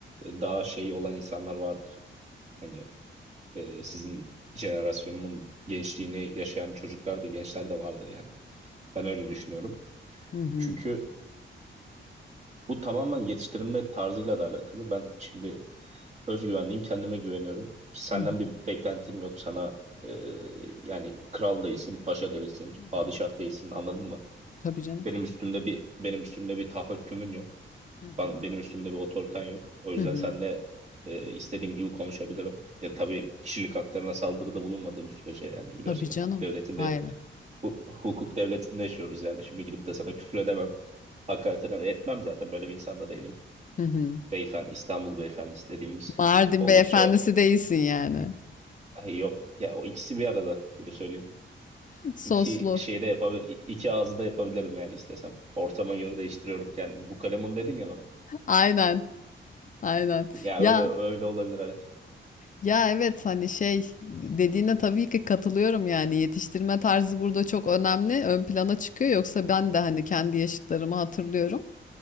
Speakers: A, on the right; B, on the left.
A: daha şey olan insanlar vardır. Hani e, sizin jenerasyonunun gençliğini yaşayan çocuklar da gençler de vardır yani. Ben öyle düşünüyorum.
B: Hı hı.
A: Çünkü bu tamamen yetiştirilme tarzıyla da alakalı. Ben şimdi özgüvenliyim, kendime güveniyorum. Senden
B: Hı hı.
A: bir beklentim yok. Sana e, yani kral değilsin, paşa değilsin,
B: Hı hı.
A: padişah değilsin anladın mı?
B: Tabii canım.
A: Benim üstümde bir benim üstümde bir tahakkümün yok.
B: Hı hı.
A: Ben- Benim üstümde bir otoriten yok. O yüzden
B: Hı hı.
A: seninle e, istediğim gibi konuşabilirim. Ya tabii kişilik haklarına saldırıda bulunmadığım sürece yani biliyorsun
B: Tabii
A: hukuk
B: canım.
A: devletinde
B: Hayır.
A: hu- hukuk devletinde yaşıyoruz yani. Şimdi gidip de sana küfür edemem. Hakaret edemem. E, Etmem zaten böyle bir insan da değilim.
B: Hı hı.
A: Beyefendi, İstanbul beyefendisi dediğimiz
B: Mardin
A: oldukça
B: beyefendisi değilsin yani.
A: ay yok ya o ikisi bir arada öyle söyleyeyim.
B: <laughs> Soslu.
A: İki şeyde yapabilir, iki ağzı da yapabilirim yani istesem. Ortama göre değiştiriyorum kendimi. Bu kalemun dedin ya bana.
B: Aynen, aynen.
A: Ya
B: Ya
A: öyle, öyle olabilir evet.
B: ya evet hani şey dediğine tabii ki katılıyorum yani yetiştirme tarzı burada çok önemli, ön plana çıkıyor. Yoksa ben de hani kendi yaşıtlarımı hatırlıyorum